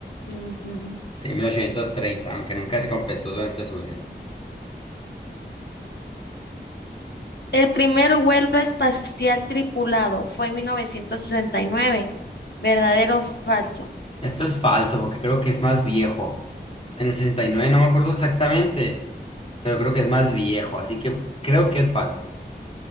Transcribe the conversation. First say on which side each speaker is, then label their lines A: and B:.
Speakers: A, on the left (about 65°); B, on the left (about 35°).
A: Ujú.
B: Sí, 1830 aunque nunca se completó durante su vida.
A: El primer vuelo espacial tripulado fue en mil novecientos sesenta y nueve ¿Verdadero o falso?
B: Esto es falso, porque creo que es más viejo. En el 69 no me acuerdo exactamente, pero creo que es más viejo, así que creo que es falso.